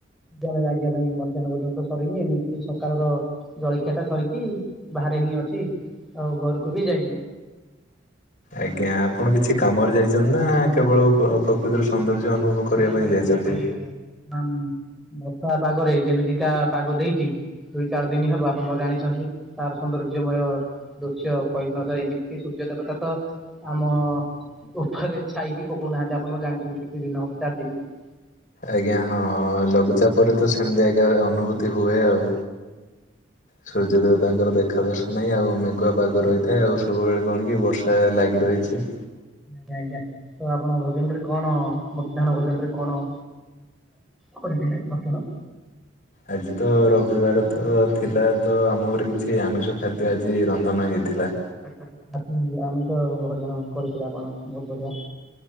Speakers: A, in the centre; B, on the left (about 45°).
A: <unintelligible> ମଧ୍ୟାହ୍ନ ଭୋଜନ ସରିନି ଏମିତି ସକାଳର ଜଳଖିଆ ଟା ସରିଛି ବାହାରେ ହିଁ ଅଛି ଆଉ ଘରକୁ ବି ଯାଇନି।
B: ଆଜ୍ଞା ଆପଣ କିଛି କାମରେ ଯାଇଛନ୍ତି ନା କେବଳ ପ୍ର ପ୍ରକୃତିର ସୌନ୍ଦର୍ଯ୍ୟ ଅନୁଭବ କରିବା
A: ନାଇଁ
B: ପାଇଁ
A: ଭାଇ
B: ଯାଇଛନ୍ତି?
A: ନାଇଁ ଭାଇ ନାନ୍ ବର୍ତ୍ତମାନ ବର୍ଷା ପାଗରେ ଯେମିତିକା ପାଗ ଦେଇଛି ଦୁଇ ଚାରି ଦିନ ହବ ଆପଣ ଜାଣିଛନ୍ତି ତାର ସୌନ୍ଦର୍ଯ୍ୟମୟ ଦୃଶ୍ୟ କହିଲନି ତ ଏମିତି ସୂର୍ଯ୍ୟ ଦେବତା ତ ଆମ ଉପରେ ଛାଇ ବି ପକଉନାହାନ୍ତି ଆପଣ ଜାଣିଛନ୍ତି କିଛି ଦିନ ହବ ଚାରି ଦିନ।
B: ଆଜ୍ଞା ହଁ ଲଘୁଚାପ ପରେ ତ ସେମିତି ଆଜ୍ଞା ଅନୁଭୂତି ହୁଏ ଆଉ। ସୂର୍ଯ୍ୟଦେବତାଙ୍କର ଦେଖା ଦର୍ଶନ ନାହିଁ ଆଉ ମେଘୁଆ ପାଗରେ। ଥାଏ ଆଉ ସବୁବେଳେ କଣ କି ବର୍ଷା ଲାଗି ରହିଛି।
A: ଆଜ୍ଞା ଆଜ୍ଞା ତ ଆପଣ ଭୋଜନ ରେ କଣ ମଧ୍ୟାହ୍ନ ଭୋଜନ ରେ କଣ? କରିଥିଲେ ଭକ୍ଷଣ?
B: ଆଜି ତ ରବିବାର ତ ଥିଲା ତ ଆମ ଘରେ କିଛି ଆମିଷ ଖାଦ୍ୟ ଆଜି ରନ୍ଧନ ହେଇଥିଲା।
A: ଆହା ଆଜି ଆମେ ତ ଭଜନ କରିଥିଲେ ଆପଣ ବହୁତ ବଢିଆ।